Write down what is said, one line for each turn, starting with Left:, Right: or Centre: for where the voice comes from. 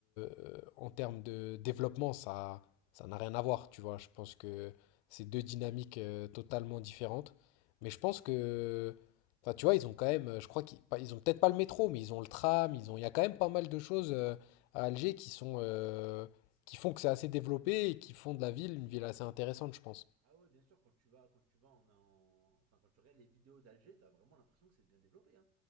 Left: euh, en termes de développement, ça, ça n'a rien à voir, tu vois. Je pense que c'est deux dynamiques euh, totalement différentes. Mais je pense que... Enfin, tu vois, ils ont quand même... euh, Je crois qu'ils pas- ils ont peut-être pas le métro, mais ils ont le tram, ils ont... Il y a quand même pas mal de choses euh, à Alger qui sont... euh, qui font que c'est assez développé et qui font de la ville une ville assez intéressante, je pense.
Right: Ah ouais, bien sûr, quand tu vas, quand tu vas en, en- enfin quand tu regardes les vidéos d'Alger, t'as vraiment l'impression que c'est bien développé, hein.